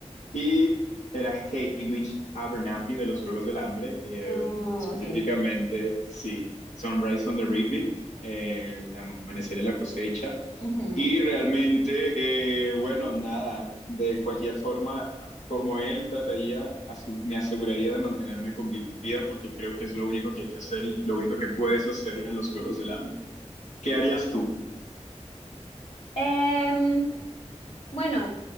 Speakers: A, on the left; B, on the left.
A: y era Hamish Abernathy de los Juegos del Hambre, eh,
B: Uh,
A: específicamente,
B: ok.
A: sí, Sunrise on the Reaping, eh, el amanecer en la cosecha.
B: Ujú.
A: Y realmente, eh, bueno, nada, de cualquier forma, como él, trataría, me aseguraría de mantenerme con vida porque creo que es lo único que hay que hacer y lo único que puedes hacer en los Juegos del Hambre. ¿Qué harías tú?
B: Em, bueno,